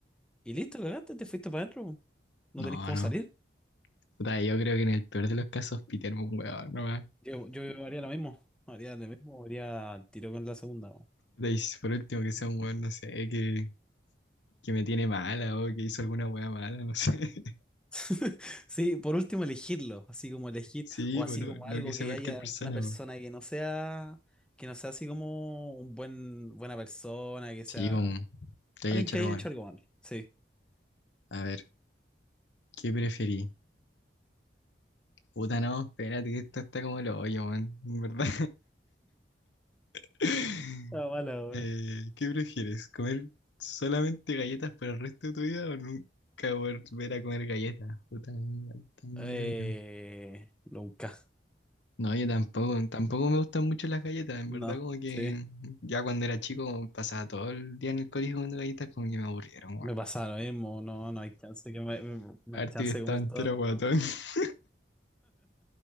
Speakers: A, in the centre; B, on the left.
A: Y listo, cagaste, te fuiste para adentro, pues. no
B: No,
A: tenés cómo
B: no.
A: salir.
B: Puta, yo creo que en el peor de los casos, pitearme un weón nomás.
A: Yo, yo haría lo mismo, haría lo mismo, haría al tiro con la segunda. pues.
B: Puta, y si por último que sea un weón, no sé, que, que me tiene mala o que hizo alguna weá mala, no sé. <laughs>
A: <laughs> Sí, por último elegirlo, así como elegir,
B: Sí,
A: o así
B: bueno,
A: como
B: no
A: algo
B: no que sea
A: que
B: cualquier
A: haya
B: persona,
A: una persona
B: po.
A: que no sea, que no sea así como un buen, buena persona, que sea
B: Sí, un, te haya
A: alguien
B: hecho
A: que
B: algo
A: haya
B: malo.
A: hecho algo mal. Sí.
B: A ver, ¿qué preferí? Puta, no, espérate que esto está como el hoyo, man, en verdad. <laughs>
A: Ah, mala, weón.
B: Eh, ¿qué prefieres? ¿Comer solamente galletas por el resto de tu vida o nunca volver a comer galletas? Puta, igual está como
A: Eh,
B: el
A: nunca.
B: No, yo tampoco, tampoco me gustan mucho las galletas, en
A: No,
B: verdad como que
A: sí.
B: ya cuando era chico como pasaba todo el día en el colegio comiendo galletas como que me aburrieron, weón.
A: Me pasa lo mismo, no, no hay chance que me, me- no
B: Harto
A: hay chance
B: que estaba
A: de comer
B: entero
A: todo lo-
B: guatón,
A: no.
B: <laughs>